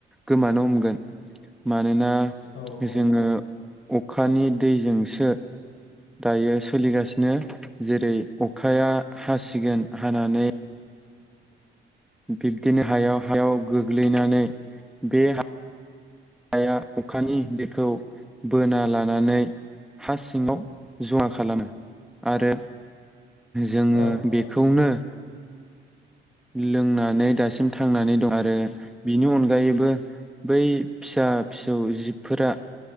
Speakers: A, in the centre; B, on the left (about 85°).
A: गोमानो हमगोन मानोना
B: औ औ
A: जोङो अखानि दैजोंसो दायो सोलिगासिनो जेरै अखाया हासिगोन हानानै बिब्दिनो हायाव हायाव गोग्लैनानै बे हा हाया अखानि दैखौ बोना लानानै हा सिङाव जमा खालामो आरो जोङो
B: औ नोंथां
A: बेखौनो लोंनानै दासिम थांनानै दं आरो बिनि अनगायैबो बै फिसा फिसौ जिबफोरा